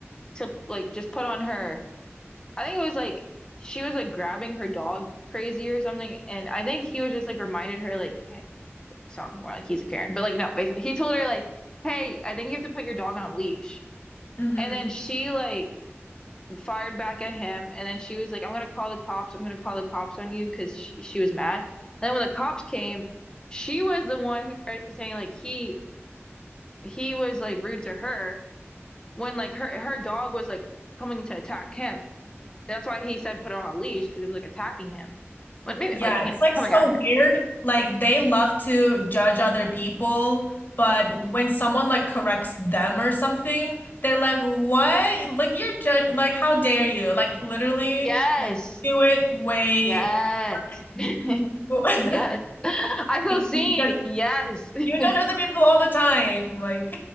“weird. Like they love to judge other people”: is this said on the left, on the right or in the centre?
Left